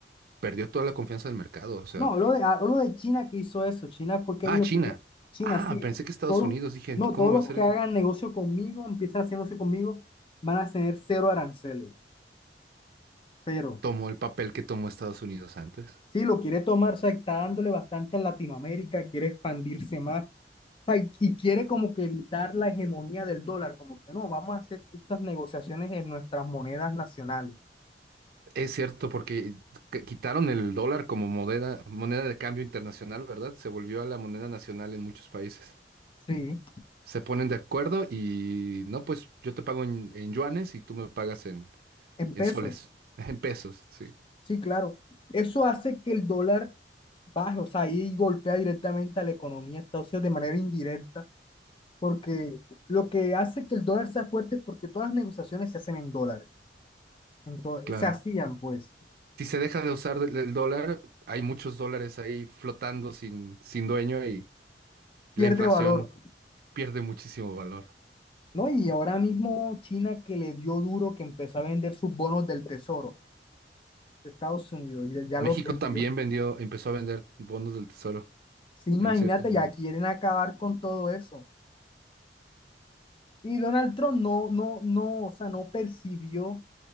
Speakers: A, on the right; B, on the left.
A: perdió toda la confianza del mercado. O sea,
B: No, hablo de, hablo de China que hizo eso. China fue que
A: ah,
B: dijo
A: China.
B: que "Bueno, China,
A: Ah,
B: sí,
A: pensé que Estados
B: todos,
A: Unidos. Dije,
B: no,
A: ¿cómo
B: todos los
A: va a ser
B: que
A: eso?
B: hagan negocio conmigo, empiezan a hacer negocio conmigo, van a tener cero aranceles, cero.
A: Tomó el papel que tomó Estados Unidos antes.
B: Sí, lo quiere tomar, o sea, está dándole bastante en Latinoamérica, quiere expandirse más, o sea, y, y quiere como que evitar la hegemonía del dólar, como que no, vamos a hacer estas negociaciones en nuestras monedas nacionales,
A: Es cierto, porque qu- quitaron el dólar como moneda, moneda de cambio internacional, ¿verdad? Se volvió a la moneda nacional en muchos países.
B: sí,
A: Se ponen de acuerdo y no, pues yo te pago en, en yuanes y tú me pagas en,
B: en pesos,
A: en soles, <laughs> en pesos, sí,
B: sí, claro. Eso hace que el dólar baje, o sea, ahí golpea directamente a la economía de Estados Unidos de manera indirecta, porque lo que hace que el dólar sea fuerte es porque todas las negociaciones se hacen en dólares, entonces
A: claro.
B: se hacían pues,
A: Si se deja de usar el el dólar, hay muchos dólares ahí flotando sin, sin dueño y la
B: pierde
A: inflación
B: valor,
A: pierde muchísimo valor.
B: ¿no? Y ahora mismo China que le dio duro, que empezó a vender sus bonos del tesoro de Estados Unidos y ya
A: México
B: los vendió.
A: también vendió, empezó a vender bonos del tesoro
B: Sí, imagínate,
A: en cierto momento.
B: ya quieren acabar con todo eso. Y Donald Trump no, no, no, o sea, no percibió